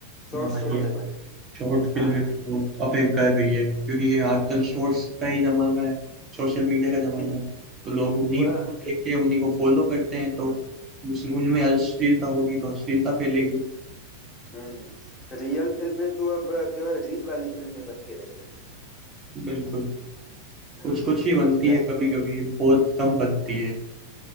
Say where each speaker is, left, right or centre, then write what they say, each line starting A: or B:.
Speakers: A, on the left; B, on the right.
A: शॉर्ट्स
B: हाँ
A: फिल्में
B: ये
A: बन रही
B: शॉर्ट
A: हैं
B: फिल्में
A: ना
B: भी बहुत अफेक्ट कर रही है क्योंकि ये आजकल
A: हाँ।
B: शॉर्ट्स का ही जमाना है सोशल मीडिया का जमाना
A: जी जी
B: है तो लोग उन्हीं
A: वह
B: को देख के उन्हीं को फॉलो करते हैं तो उस उनमें अश्लीलता होगी तो अश्लीलता फैलेगी
A: हम्म हम्म। रियल फिल्में तो अब केवल रील वाली फिल्में बन के रह गई है
B: बिल्कुल
A: ना
B: कुछ कुछ ही बनती
A: कोई कहे
B: है कभी कभी बहुत कम बनती है